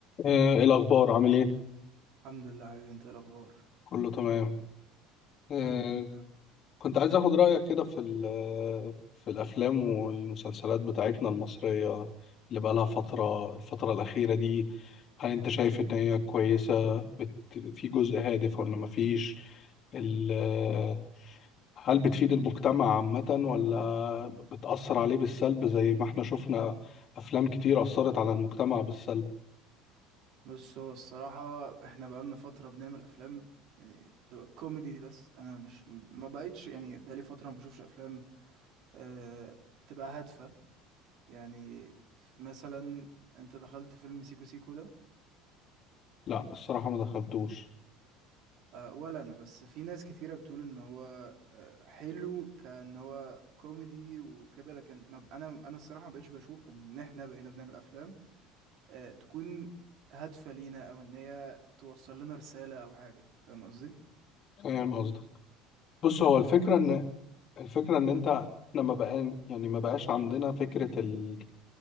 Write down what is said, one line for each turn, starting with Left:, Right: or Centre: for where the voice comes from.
Left: آه، إيه الأخبار عامل إيه؟
Right: الحمد لله حبيبي انت ايه الاخبار
Left: كله تمام آه،
Right: الحمد لله
Left: كنت عايز أخد رأيك كده في ال- آه، في الأفلام والمسلسلات بتاعتنا المصرية اللي بقالها فترة الفترة الأخيرة دي هل أنت شايف إن هي كويسة؟ بت... في جزء هادف ولا مفيش؟ ال... آه، هل بتفيد المجتمع عامة ولا بتأثر عليه بالسلب زي ما احنا شفنا أفلام كتير أثرت على المجتمع بالسلب؟
Right: بص هو الصراحه احنا بقالنا فتره بنعمل افلام يعني تبقى كوميدي بس انا مش ما بقيتش يعني بقالي فتره ما بشوفش افلام أه تبقى هادفه يعني ف- مثلا انت دخلت فيلم سيكو سيكو ده
Left: لا الصراحة ما دخلتوش
Right: أه ولا انا بس في ناس كتيره بتقول ان هو أه حلو كان هو كوميدي وكده لكن ما ب- انا انا الصراحه ما بقتش بشوف ان احنا بقينا بنعمل افلام آه، تكون هادفة لينا او ان هي توصل لنا رسالة او حاجة فاهم قصدي
Left: فاهم قصدك بص هو الفكرة
Right: بس
Left: إن الفكرة إن
Right: امم
Left: أنت إحنا ما بقى يعني ما بقاش عندنا فكرة ال...